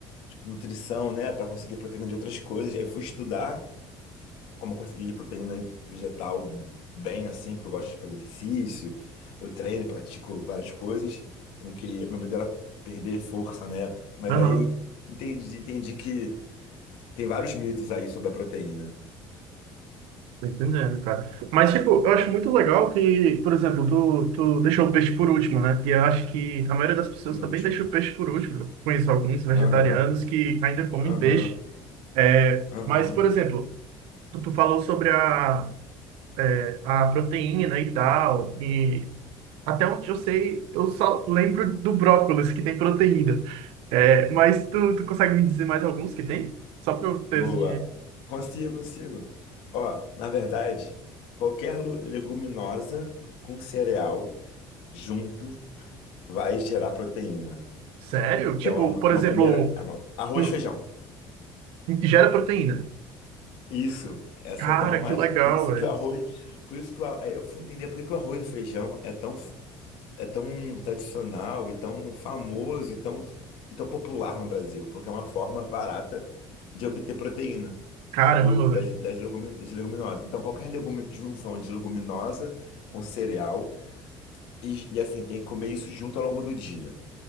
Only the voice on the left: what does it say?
tipo, nutrição, né, Pra conseguir proteína de outras coisas. Aí fui estudar como conseguir proteína vegetal bem assim, porque eu gosto de fazer exercício, eu treino, pratico várias coisas. Eu não queria, meu medo era perder força, né? Mas
aí eu entendi, entendi que tem vários mitos aí sobre a proteína,
por
último.
Aham,
aham,
aham.
Boa.
Consigo, consigo. Ó, na verdade, qualquer lu- leguminosa com cereal junto vai gerar proteína.
Então,
é uma,
é uma
primeira.
é uma- arroz,
feijão.
Isso. Essa
tem uma magia.
Por isso
que o arroz. Por isso que o, a- aí eu fui entender por que que o arroz e feijão é tão é tão tradicional e tão famoso e tão, e tão popular no Brasil, porque é uma forma barata de obter proteína
do, das,
das, legumi- das leguminosas. Então, qualquer legume, junção de leguminosa com cereal, e, e assim, tem que comer isso junto ao longo do dia,